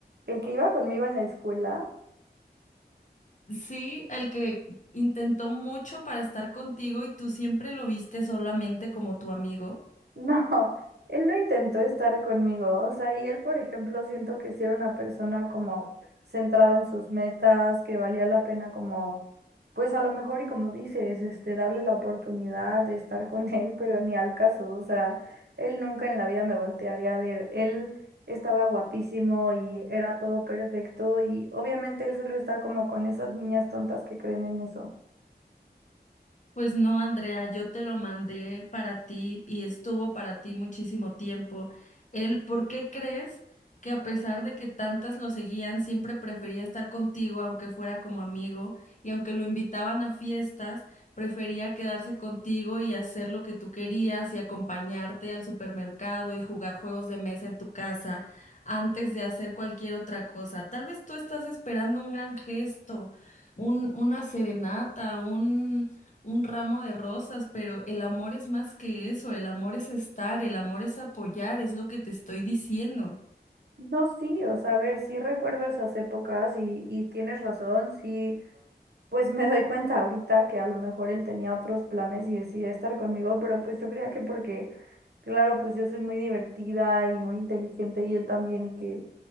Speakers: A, on the right (about 75°); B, on the left (about 45°).
A: el que iba conmigo en la escuela.
B: Sí, el que intentó mucho para estar contigo y tú siempre lo viste solamente como tu amigo.
A: No, él no intentó estar conmigo, o sea, y él, por ejemplo, siento que sí era una persona como centrada en sus metas, que valía la pena como, pues a lo mejor y como dices, este, darle la oportunidad de estar con él, pero ni al caso, o sea, él nunca en la vida me voltearía a ver, él estaba guapísimo y era todo perfecto y obviamente él solo está como con esas niñas tontas que creen en eso.
B: Pues no, Andrea, yo te lo mandé para ti y estuvo para ti muchísimo tiempo. Él, ¿por qué crees que a pesar de que tantas lo seguían, siempre prefería estar contigo, aunque fuera como amigo, y aunque lo invitaban a fiestas, prefería quedarse contigo y hacer lo que tú querías y acompañarte al supermercado y jugar juegos de mesa en tu casa antes de hacer cualquier otra cosa? Tal vez tú estás esperando un gran gesto, un, una serenata, un un ramo de rosas, pero el amor es más que eso, el amor es estar, el amor es apoyar, es lo que te estoy diciendo.
A: No, sí, o sea, a ver, sí recuerdo esas épocas y, y tienes razón, sí. pues me doy cuenta ahorita que a lo mejor él tenía otros planes y decidió estar conmigo, pero pues yo creía que porque, claro, pues yo soy muy divertida y muy inteligente y él también y que